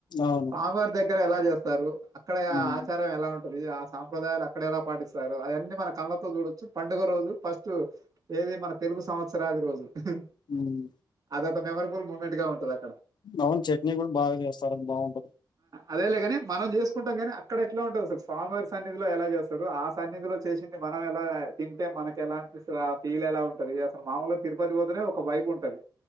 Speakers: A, on the left; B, on the right.
A: అవును.
B: మాకు అంతే దగ్గర ఎలా చేస్తారు అక్కడ
A: హ్మ్.
B: ఆచారం ఎలా ఉన్ కోరిది ఆ సాంప్రదాయాలు అక్కడ ఎలా పాటిస్తారు అది అన్నీ మన కళ్లతో చూడొచ్చు పండుగ రోజు ఫస్ట్ ఏది మన తెలుగు సంవత్సరాది రోజు హు
A: హ్మ్.
B: అది ఒక్ మెమొరబుల్ మూమెంట్ గా ఉంటది ఆన్
A: అవును చట్నీ కూడా బాగా చేస్తారు బాగుంటది
B: అదే లే గాని మనం చేసుకుంటాం కానీ అట్ అక్కడ ఎట్ల ఉంటది అసలు స్వామివారి సన్నిధిలో ఎలా చేస్తారు ఆ సన్నిధిలో చేసింది మనం ఎలా తింటే మనకి ఎలా అనిపిస్తుంది ఆ ఫీల్ ఎలా ఉంటది అసలు మామూలుగా తిరుపతి పోతేనే ఒక వైబ్ ఉంటది